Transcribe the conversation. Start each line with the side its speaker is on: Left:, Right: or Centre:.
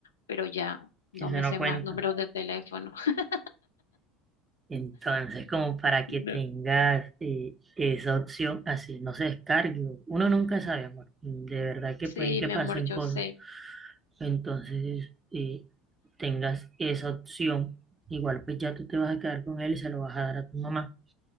Left: pero ya no
Right: eso
Left: me
Right: no
Left: sé
Right: cuenta.
Left: más números de teléfono. <laughs>
Right: Entonces, como para que
Left: No.
Right: tengas eh, esa opción, así no se descargue. Uno nunca sabe, amor. De verdad que
Left: Sí,
Right: pueden que
Left: mi
Right: pasen
Left: amor, yo
Right: cosas.
Left: sé.
Right: Entonces, eh, tengas esa opción. Igual pues ya tú te vas a quedar con él y se lo vas a dar a tu mamá.